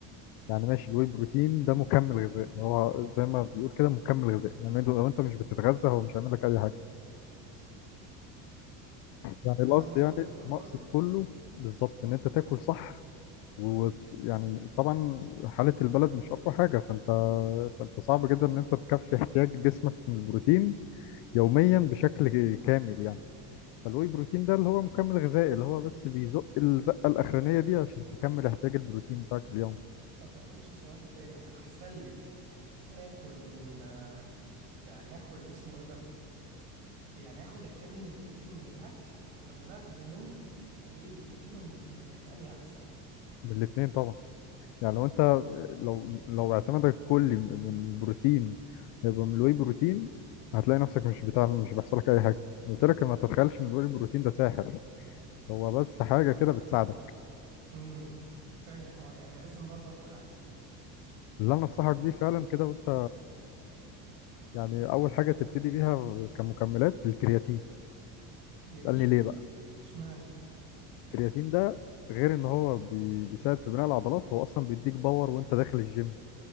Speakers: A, on the left; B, on the right.
A: يعني ماشي الواي بروتين ده مكمل غذائي هو زي ما بيقول كده مكمل غذائي يعني لو انت مش بتتغذى هو مش هيعمل لك اي حاجة
B: يعني
A: يعني القصد
B: انا المفروض
A: يعني
B: اكل برضو
A: المقصد كله بالظبط ان انت تاكل صح ويعني طبعا حالة البلد مش أقوى حاجة فأنت فأنت صعب جدا إن أنت تكفي احتياج جسمك من البروتين يوميا بشكل كامل يعني فالواي بروتين ده اللي هو مكمل غذائي اللي هو بس بيزق الزقة الأخرانية دي عشان تكمل احتياج البروتين بتاعك اليوم
B: ما باكلش سؤال تاني احسن لي اكل من آه، يعني اكل اسمه ايه ده يعني اخد احتياجي من البروتين من الاكل ولا اخده من الواي بروتين والمكملات اني احسن
A: من الاتنين طبعا يعني لو أنت لو لو اعتمادك كلي من بروتين يبقى من الواي بروتين هتلاقي نفسك مش بتعمل مش بيحصلك أي حاجة قلت لك ما تتخيلش إن الواي بروتين ده ساحر هو بس حاجة كده بتساعدك
B: امم فاهم اه يعني لازم برضو اكل عادي
A: اللي انا انصحك بيه فعلا كده وانت يعني اول حاجه تبتدي بيها كمكملات الكرياتين
B: كرياتين
A: اسالني ليه بقى
B: اشمعنى
A: الكرياتين ده غير ان هو بي- بيساعد في بناء العضلات هو اصلا بيديك باور وانت داخل الجيم